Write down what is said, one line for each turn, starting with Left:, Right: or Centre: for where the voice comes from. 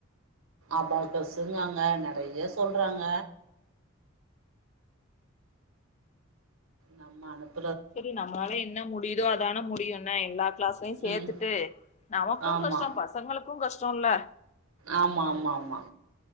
Right: அபாக்கஸுன்றாங்க நறைய சொல்றாங்க நம்ம அனப்
Left: செரி நம்மளால என்ன முடியுதோ அதான முடியும் ன எல்லா கிளாஸ்லயு சேர்த்துட்டு
Right: ம்
Left: நமக்கும்
Right: ஆமா
Left: கஷ்டம் பசங்களுக்கும் கஷ்டம். சொன்ன
Right: ஆமா ஆமா ஆமா